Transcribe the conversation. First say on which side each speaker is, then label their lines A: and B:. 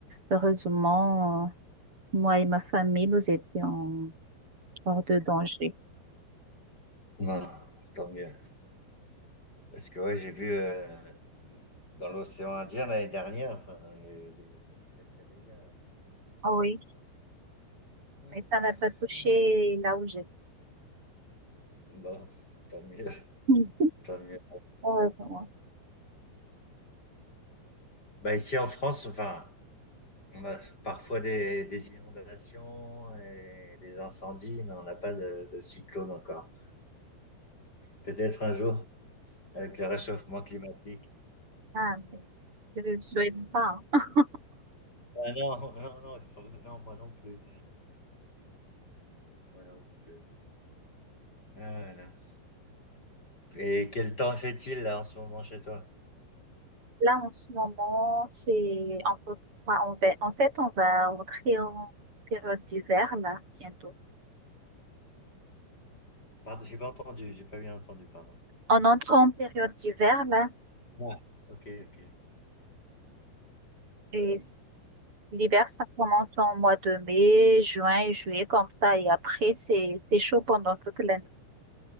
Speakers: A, on the right; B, on the left.
A: heureusement, Moi et ma famille, nous étions hors de danger.
B: Non, tant mieux. Parce que ouais, j'ai vu euh, dans l'océan Indien l'année dernière, enfin, il y a eu des sacrés dégâts.
A: Ah oui,
B: ouais.
A: mais ça
B: Ouais.
A: n'a pas touché
B: Mm.
A: là où j'habite.
B: Bon, tant mieux,
A: Hmm.
B: tant mieux.
A: Heureusement. <laughs>
B: Bah ici en France, enfin, on a parfois des, des inondations et des incendies, mais on n'a pas de, de cyclone encore. Peut-être un jour, avec le réchauffement climatique.
A: Ah, mais je ne le souhaite pas. <laughs>
B: Ah non, <laughs> non, non, il faut- non, moi non plus. Moi non plus. Ah, voilà. Et quel temps fait-il là en ce moment chez toi?
A: Là, en ce moment, c'est un peu froid. On va- En fait, on va rentrer en période d'hiver, là, bientôt.
B: Pardon, j'ai pas entendu, j'ai pas bien entendu, pardon.
A: On entre en période d'hiver, là,
B: Ah, ok, ok.
A: et l'hiver, ça commence en mois de mai, juin et juillet, comme ça, et après, c'est c'est chaud pendant toute l'année.